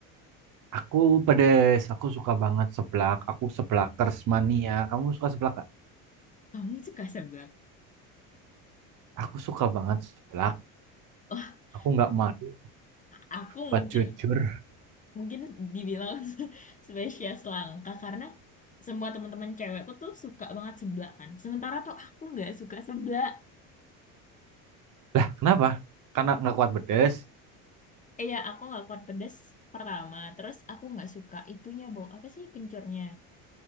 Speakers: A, on the right; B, on the left.
A: Aku pedes, aku suka banget seblak, aku seblakers mania. Kamu suka seblak gak?
B: Kamu suka seblak?
A: Aku suka banget seblak.
B: Wah,
A: Aku nggak malu,
B: aku
A: buat
B: mungkin
A: jujur.
B: mungkin dibilang <laughs> spesies langka karena semua teman-teman cewekku tuh suka banget seblak kan. Sementara tuh aku nggak suka seblak.
A: Lah, kenapa? Karena nggak kuat pedes.
B: Eh ya, aku nggak kuat pedes pertama. Terus aku nggak suka itunya bau apa sih kencurnya?